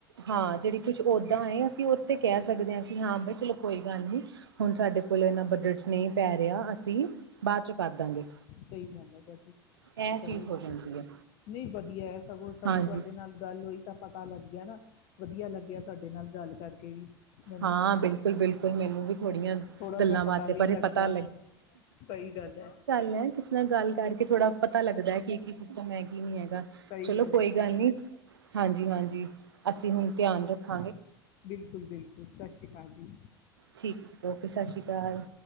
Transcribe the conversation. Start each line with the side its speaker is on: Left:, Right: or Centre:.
Right: ਹਾਂ ਜਿਹੜੀ ਕੁੱਛ ਔਦਾਂ ਏ ਅਸੀਂ ਉਹ ਤ ਕਹਿ ਸਕ ਸਕਦੇ ਹਾਂ, ਕਿ ਹਾਂ ਬ ਚਲੋ ਕੋਈ ਗੱਲ ਨੀ ਹੁਣ ਸਾਡੇ ਕੋਲ ਇਨਾ ਬਜਟ ਚ ਨਹੀਂ ਪੈ ਰਿਹਾ ਅਸੀਂ ਬਾਅਦ ਚ ਕਰ ਦਾਂਗੇ।
Left: ਸਹੀ ਗੱਲ ਹੈ ਤੁਹਾਡੀ,
Right: ਇਹ ਚੀਜ਼
Left: ਚਲੋ
Right: ਹੋ ਜਾਂਦੀ ਹੈ।
Left: ਨਹੀਂ ਵਧੀਆ ਹੈ। ਸਗੋਂ ਸਗੋਂ
Right: ਹਾਂਜੀ
Left: ਤੁਹਾਡੇ ਨਾਲ ਗੱਲ ਹੋਈ ਤਾਂ ਪਤਾ ਲੱਗ ਗਿਆ ਨਾ ਵਧੀਆ ਲੱਗਿਆ ਤੁਹਾਡੇ ਨਾਲ ਗੱਲ ਕਰਕੇ ਵੀ, ਮੈਨੂੰ
Right: ਹਾਂ ਬਿਲਕੁਲ ਬਿਲਕੁਲ ਮੈਨੂੰ ਵੀ ਥੋੜੀਆਂ
Left: ਥੋੜਾ
Right: ਗੱਲਾਂ
Left: ਜਹਾ
Right: ਬਾਤਾਂ
Left: ਪਤਾ ਵੀ
Right: ਬਾਰੇ
Left: ਲੱਗਦਾ
Right: ਪਤਾ
Left: ਨਾ ਸਹੀ ਗੱਲ ਹੈ।
Right: ਯਾਰ ਕਿਸੇ ਨਾਲ ਗੱਲ ਕਰਕੇ ਥੋੜਾ ਪਤਾ ਲੱਗਦਾ ਹੈ ਕੀ, ਕਿ ਸਿਸਟਮ ਹੈ ਕਿ ਨਹੀਂ ਹੈ।
Left: ਸਹੀ
Right: ਚਲੋ ਕੋਈ
Left: ਹੈ।
Right: ਗੱਲ ਨੀ ਹਾਂ ਜੀ ਹਾਂਜ ਜੀ, ਅਸੀਂ ਹੁਣ ਧਿਆਨ ਰੱਖ
Left: ਬਿਲਕੁਲ-ਬਿਲਕੁਲ ਸਤਿ ਸ਼੍ਰੀ ਅਕਾਲ ਜੀ।
Right: ਠੀਕ ਹੈ ਓਕੇ ਸਤਿ ਸ਼੍ਰੀ ਅਕਾਲ।